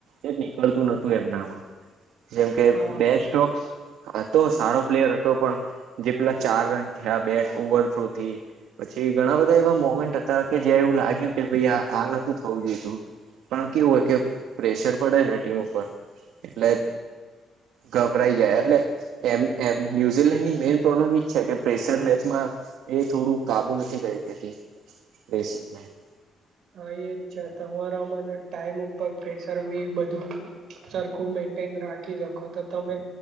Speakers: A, on the right; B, on the right.
A: એ જ નીકળતું નતું એમનામાં. જેમ કે
B: હા
A: બેસ્ટોક્સ હતો સારો પ્લેયર હતો, પણ જેટલા ચાર રન થયા બેટ ઓવર થ્રુ થી પછી ઘણા બધા એવા મોમેન્ટ હતા કે જ્યાં એવું લાગ્યું કે ભઈ આ-આ નતું થવું જોઈતું. પણ કેવું હોય કે પ્રેશર પડે ને ટીમ ઉપર, એટલે ગભરાઈ જાય, એટલે એમ-એમ ન્યુઝીલેન્ડની <unintelligible> પ્રોબ્લમ ઈજ છે કે પ્રેશર મેચમાં એ થોડું કાબુ નથી કરી દેતી. <unintelligible>
B: હા એ જ છે. તમારામાં જે ટાઈમ ઉપર પ્રેશર બી બધું સરખું મેન્ટેન રાખી શકો તો તમે